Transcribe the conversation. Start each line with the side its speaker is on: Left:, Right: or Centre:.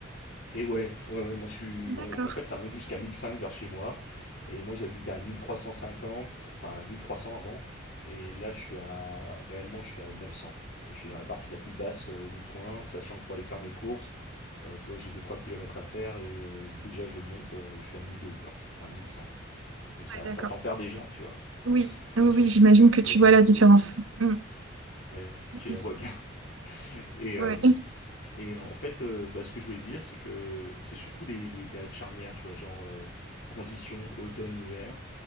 Left: et ouais, ouais, ouais, moi je suis,
Right: D'accord.
Left: on- en fait, ça monte jusqu'à 1005 vers chez moi, et moi j'habitais à 1350, enfin, à 1300 avant, et là je suis à, réellement, je suis à 900. Et je suis dans la partie la plus basse euh, du coin, sachant que pour aller faire mes courses, euh, tu vois, j'ai deux trois kilomètres à faire et euh, déjà je monte, euh, je suis à 1002 quoi, enfin 1100. Donc ça,
Right: Ouais, d'accord.
Left: ça tempère déjà, tu vois.
Right: Oui, oui,
Left: Bon, c'est
Right: oui,
Left: juste
Right: j'imagine
Left: pour que tu t'imagines
Right: que tu vois
Left: un
Right: la
Left: peu.
Right: différence.
Left: euh,
Right: Mm.
Left: ouais,
Right: Oui.
Left: tu la vois bien. <laughs> Et,
Right: Ouais.
Left: euh, et en fait, euh, bah, ce que je voulais dire, c'est que c'est surtout les, les périodes charnières, tu vois, genre euh, transition automne-hiver.